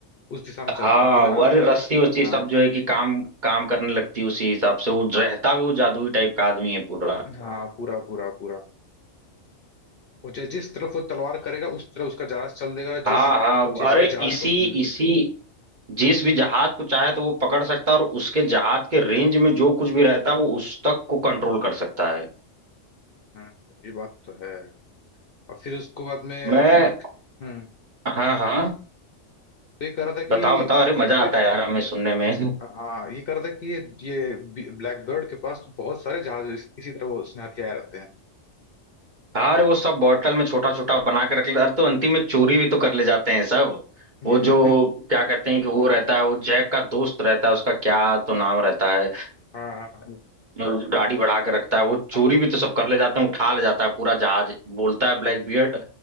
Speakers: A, on the left; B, on the right.
A: उस दिशा में चलता
B: हाँ
A: है बिना
B: वो अरे रस्सी वस्सी
A: हाँ
B: सब जो है कि काम काम करने लगती है उसी हिसाब से वो रहता भी वो जादुई टाइप का आदमी है पूरा
A: हाँ पूरा पूरा पूरा वो जै- जिस तरफ वो तलवार करेगा उस तरफ उसका जहाज चल देगा
B: हाँ
A: जिस
B: हाँ
A: जिस
B: अरे
A: भी जहाज
B: इसी
A: को हम्म
B: इसी जिस भी जहाज को चाहे तो वो पकड़ सकता है और उसके जहाज के रेंज में जो कुछ भी रहता है वो उस तक को कंट्रोल कर सकता है
A: हम्म, ये बात तो है और फिर उसको बाद में
B: मैं
A: फिर हम्म
B: हाँ हाँ
A: तो ये कह रहा था
B: बताओ
A: कि
B: बताओ अरे मजा
A: फिर
B: आता है यार हमें सुनने में
A: हाँ ये कह रहा था कि ये ये ब्लैक बर्ड के पास तो बहुत सारे जहाज इस- इसी तरह वो उसने हथियाए रहते हैं
B: हाँ अरे वो सब बॉटल में छोटा छोटा बना के रख ले अरे तो अंतिम में चोरी भी तो कर ले जाते हैं सब
A: <laughs>
B: वो जो क्या कहते हैं कि वो रहता है वो जैक का दोस्त रहता है उसका क्या तो नाम रहता है अ,
A: हाँ हाँ
B: मतलब दाढ़ी बढ़ा के रखता है वो चोरी
A: हाँ,
B: भी तो सब कर ले जाते हैं उठा ले जाता है पूरा जहाज बोलता है ब्लैक बियर्ड